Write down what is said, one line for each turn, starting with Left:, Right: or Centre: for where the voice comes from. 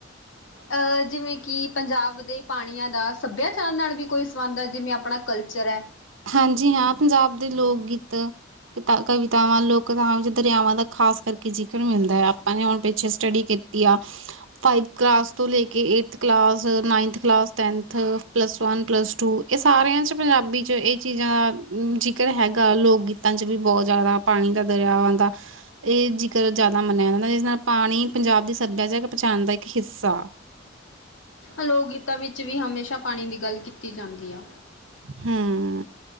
Left: ਅਹ ਜਿਵੇਂ ਕਿ ਪੰਜਾਬ ਦੇ ਪਾਣੀਆਂ ਦਾ ਸੱਭਿਆਚਾਰ ਨਾਲ ਵੀ ਕੋਈ ਸਬੰਧ ਹੈ ਜਿਵੇਂ ਆਪਣਾ ਕਲਚਰ ਹੈ।
Right: ਹਾਂਜੀ ਹਾਂ ਪੰਜਾਬ ਦੇ ਲੋਕ ਗੀਤ ਤਾ ਕਵਿਤਾਵਾਂ ਲੋਕ ਕਥਾਵਾਂ ਵਿੱਚ ਦਰਿਆਵਾਂ ਦਾ ਖਾਸ ਕਰਕੇ ਜ਼ਿਕਰ ਮਿਲਦਾ ਹੈ ਆਪਾਂ ਨੇ ਹੁਣ ਪਿੱਛੇ ਸਟੱਡੀ ਕੀ ਤੀ ਆ ਫਾਈਵ ਕਲਾਸ ਤੋਂ ਲੈਕੇ eighth class, ninth class, tenth plus one, plus two ਇਹ ਸਾਰਿਆਂ ਚ ਪੰਜਾਬੀ ਚ ਇਹ ਚੀਜ਼ਾਂ ਦਾ ਜ਼ਿਕਰ ਹੈਗਾ ਲੋਕ ਗੀਤਾਂ ਚ ਵੀ ਬਹੁਤ ਜ਼ਿਆਦਾ ਪਾਣੀ ਦਾ ਦਰਿਆਵਾਂ ਦਾ ਇਹ ਜਿਕਰ ਜ਼ਿਆਦਾ ਮੰਨਿਆ ਜਾਂਦਾ ਹੈ ਜਿਸ ਨਾਲ ਪਾਣੀ ਪੰਜਾਬ ਦੀ ਸੱਭਿਆਚਾਰਕ ਪਛਾਣ ਦਾ ਇੱਕ ਹਿੱਸਾ
Left: ਲੋਕ ਗੀਤਾਂ ਵਿੱਚ ਵੀ ਹਮੇਸ਼ਾ ਪਾਣੀ ਦੀ ਗੱਲ ਕੀਤੀ ਜਾਂਦੀ ਆ।
Right: ਹੂੰ।